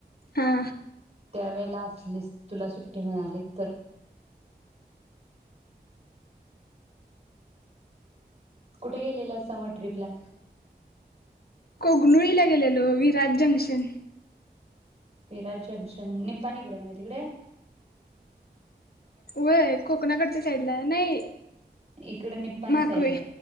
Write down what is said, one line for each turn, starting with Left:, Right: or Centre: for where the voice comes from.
Left: हा
Right: वेळेला असलीस तुला सुट्टी मिळाली तर कुठे गेलेला समर ट्रिप ला
Left: कोगनुळीला गेलेलो विराज जंक्शन
Right: विराट जंक्शन निपाणीकडे ना म तिकडे
Left: व्हय कोकणाकडच्या साईडला नाही
Right: इकडे निप्पाणी
Left: माकवे
Right: साईडला